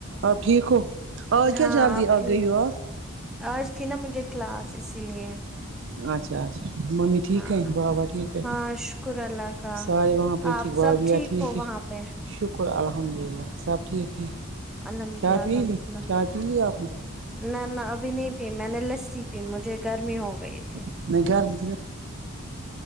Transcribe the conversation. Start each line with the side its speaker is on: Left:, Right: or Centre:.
Right: آپ ٹھیک ہو اور
Centre: ہاں
Right: کیا جلدی
Centre: آپ
Right: آ
Centre: ٹھیک
Right: گئی ہو آپ
Centre: آج تھی نا مجھے کلاس اسی لیے
Right: اچھا اچھا ممی ٹھیک
Centre: ہاں
Right: ہے بابا ٹھیک ہے
Centre: ہاں شکر اللہ کا
Right: سارے وہاں بیٹھیک
Centre: آپ
Right: بابھیا
Centre: سب
Right: ٹھیک
Centre: ہو وہاں
Right: ہے
Centre: پہ
Right: شکر الحمد للہ سب ٹھیک ہے
Centre: الحمد
Right: چائے
Centre: للہ
Right: پی
Centre: الحمد
Right: لی
Centre: للہ
Right: چائے پی لی آپ نے
Centre: نہ نہ ابھی نہیں پی میں نے لسی پی مجھے گرمی ہو گئی تھی
Right: <unintelligible>